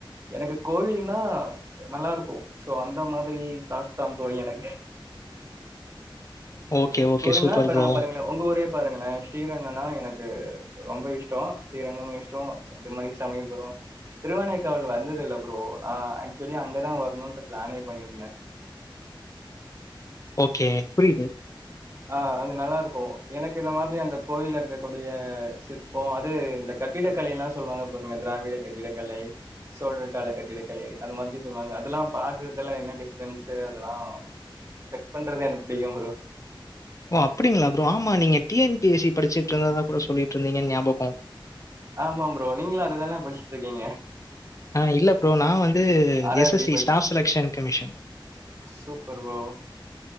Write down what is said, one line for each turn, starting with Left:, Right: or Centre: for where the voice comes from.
Right: எனக்கு கோவில்னா நல்லாருக்கு சோ அந்த மாதிரி தாட் தா ப்ரோ எனக்கு
Left: ஓகே, ஓகே.
Right: கோயில்னா
Left: சூப்பர்
Right: இப்ப
Left: ப்ரோ.
Right: நாங்க பாருங்கள உங்க ஊரே பாருங்களே ஸ்ரீரங்கம்னா எனக்கு ரொம்ப இஷ்டோ ஸ்ரீரங்கமு இஷ்டோ அது மாரி சமயபுரோ திருவனைக்காவல் வந்தது இல்ல ப்ரோ நா ஆக்சுவலி அங்கதா வரணும்ட்டு பிளானே பண்ணிருந்தே
Left: ஓகே புரியுது.
Right: ஆ அங்க நல்லா இருக் கோ எனக்கு இந்த மாதிரி அந்த கோயில்ல இருக்கக்கூடிய சிற்போ அது இந்த கட்டிடக்கலைலா சொல்லுவாங்க பாருங்க திராவிட கட்டிடக்கலை சோழக்கால கட்டிடக்கலை அது மாதிரி சொல்லுவாங்க அதெல்லா பாக்குறதெல்லா என்ன டிஃப்ரென்ஸு அதெல்லா செக் பண்றது எனக்கு பிடிக்கு ப்ரோ
Left: ஓ அப்படிங்களா ப்ரோ ஆமா நீங்க T N P S C படிச்சுட்டு இருந்தாதா கூட சொல்ட்டு இருந்தீங்கன்னு ஞாபகோ
Right: ஆமா ப்ரோ நீங்களு அததான படிச்சுட்டு இருக்கீங்க
Left: ஆ இல்ல ப்ரோ நா வந்து
Right: R
Left: S
Right: R
Left: S
Right: B
Left: C
Right: படிச்
Left: staff selection commission
Right: super bro.